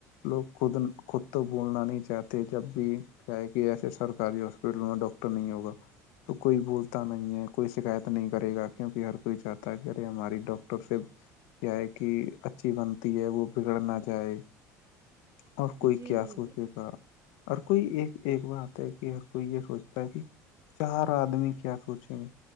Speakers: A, on the left; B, on the right.
A: لوگ خود خود تو بولنا نہیں چاہتے جب بھی کیا ہے کہ ایسے سرکاری ہاسپٹلوں میں ڈاکٹر نہیں ہوگا تو کوئی بولتا نہیں ہے کوئی شکایت نہیں کرے گا کیونکہ ہر کوئی چاہتا ہے کہ ارے ہماری ڈاکٹر سے کیا ہے کہ اچھی بنتی ہے وہ بگڑ نہ جائے اور کوئی
B: جی
A: کیا
B: جی جی
A: سوچے
B: جی
A: گا ہر کوئی ایک ایک بات ہے کہ ہر کوئی یہ سوچتا ہے کہ چار آدمی کیا سوچیں گے